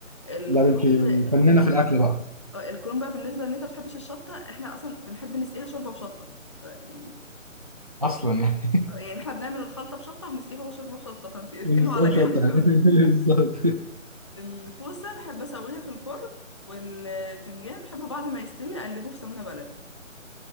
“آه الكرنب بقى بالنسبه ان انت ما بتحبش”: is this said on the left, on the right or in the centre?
Left